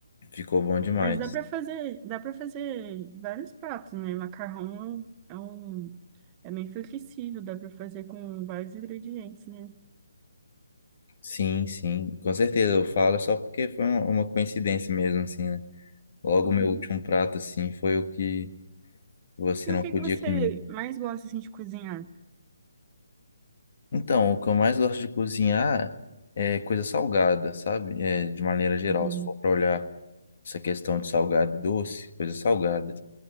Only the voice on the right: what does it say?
Mas dá para fazer, dá para fazer vários pratos, né? Macarrão é um, é meio flexível, dá para fazer com vários ingredientes, né?
Uhum.
E
o que
que você
mais gosta assim de cozinhar?
Uhum,